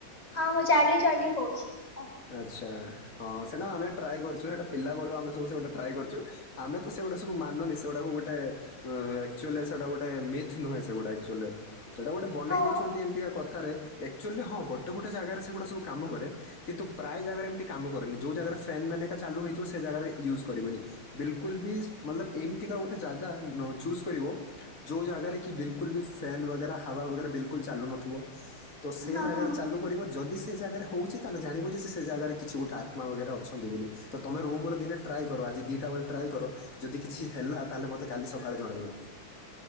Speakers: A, on the left (about 15°); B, on the left (about 40°).
A: ହଁ ମୁଁ ଚାର୍ଲି ଚାର୍ଲି କହୁଛି ହଁ।
B: ଆଚ୍ଛା ହଁ ସେଟା ଆମେ ଟ୍ରାଏ କରୁଚୁ ହେଟା ପିଲାବେଳୁ ଆମେ ସବୁ ସେଟା ଟ୍ରାଏ କରୁଚୁ। ଆମେ ତ ସେଗୁଡା ସବୁ ମାନୁନି ସେଗୁଡାକୁ ଗୋଟେ ଅ ଆକ୍ଚ୍ୟୁଲି ସେଇଟା ଗୋଟେ ମିଥ୍ ନୁହେଁ ସେଗୁଡ଼ା ଆକ୍ଚ୍ୟୁଲି। ସେଇଟା ଗୋଟେ ବନେଇ
A: ହଁ
B: ଦେଇଛନ୍ତି ଏମିତିକା କଥାରେ। ଆକ୍ଚ୍ୟୁଲି ହଁ ଗୋଟେ ଗୋଟେ ଜାଗାରେ ସେଗୁଡ଼ା ସବୁ କାମ କରେ। କିନ୍ତୁ ପ୍ରାୟ ଜାଗାରେ ଏମିତି କାମ କରେନି ଯୋଉ ଜାଗାରେ ଫ୍ୟାନ ମାନେକା ଚାଲୁ ହେଇଥିବ ସେ ଜାଗାରେ ୟୁଜ୍ କରିବନି। ବିଲକୁଲ ବି ମତଲବ ଏମିତିକା ଗୋଟେ ଜାଗା ନୋ ଚୁଜ୍ କରିବ। ଯୋଉ ଜାଗାରେ କି ବିଲକୁଲ ବି ଫ୍ୟାନ୍ ବଗେରା ହାବା ବଗେରା ବିଲକୁଲ ଚାଲୁନଥିବ। ତ ସେ
A: ହଁ
B: ଜାଗାରେ
A: ହଁ।
B: ଚାଲୁ କରିବ ଯଦି ସେ ଜାଗାରେ ହଉଚି। ତାହେଲେ ଜାଣିବ ଯେ ସେ ଜାଗାରେ କିଛି ଗୋଟେ ଆତ୍ମା ବଗେରା ଅଛନ୍ତି ବୋଲି। ତମେ ରୁମ୍ ରେ ଦିନେ ଟ୍ରାଏ କର ଆଜି ଦିଟା ବେଳେ ଟ୍ରାଏ କର। ଯଦି କିଛି ହେଲା ତା ହେଲେ ମତେ କାଲି ସକାଳେ ଜଣେଇବ।